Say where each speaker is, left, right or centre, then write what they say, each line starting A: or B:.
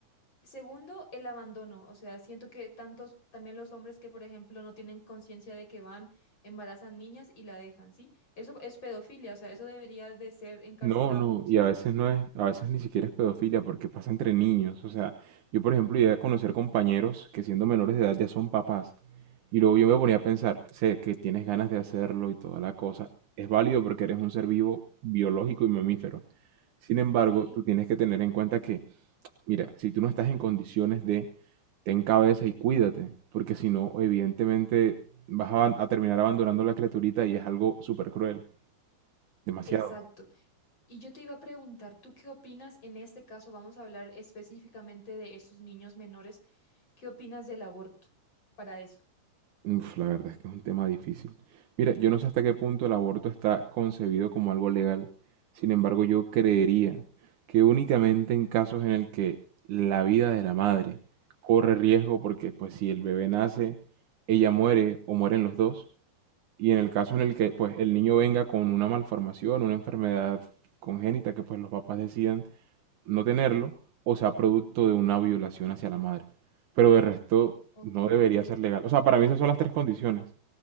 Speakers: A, on the left; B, on the right.
A: Segundo, el abandono. O sea, siento que tantos, también los hombres que, por ejemplo, no tienen conciencia de que van, embarazan niñas y la dejan, ¿sí? Eso es pedofilia, o sea, eso debería de ser encarcelado,
B: No, no,
A: ¿sí?
B: y a veces no es, a veces ni siquiera es pedofilia porque pasa entre niños. O sea, yo por ejemplo llegué a conocer compañeros que siendo menores de edad ya son papás. Y luego yo me ponía a pensar, sé que tienes ganas de hacerlo y toda la cosa. Es válido porque eres un ser vivo biológico y mamífero. Sin embargo,
A: Sí,
B: tú tienes que tener en cuenta que Mira, si tú no estás en condiciones de ten cabeza y cuídate, porque si no, evidentemente vas a, a terminar abandonando la criaturita y es algo súper cruel, demasiado.
A: exacto. Y yo te iba a preguntar, ¿tú qué opinas en este caso? Vamos a hablar específicamente de estos niños menores. ¿Qué opinas del aborto para eso?
B: Uf, la verdad es que es un tema difícil. Mira, yo no sé hasta qué punto el aborto está concebido como algo legal, sin embargo, yo creería que únicamente en casos en el que la vida de la madre corre riesgo, porque pues si el bebé nace, ella muere o mueren los dos, Y en el caso en el que pues el niño venga con una malformación, una enfermedad congénita que pues los papás decidan no tenerlo o sea producto de una violación hacia la madre. Pero de resto
A: Ok.
B: no debería ser legal. O sea, para mí esas son las tres condiciones.